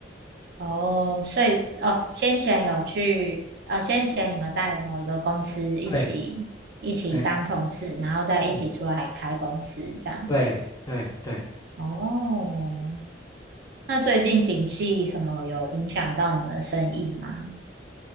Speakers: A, on the right; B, on the left.
A: 哦，所以哦，先前有去，呃，先前你们在某一个公司一起一起当同事，
B: 对，嗯
A: 然后再一起出来开公司这样。
B: 嗯，对对对
A: 哦，那最近景气什么有影响到你们生意吗？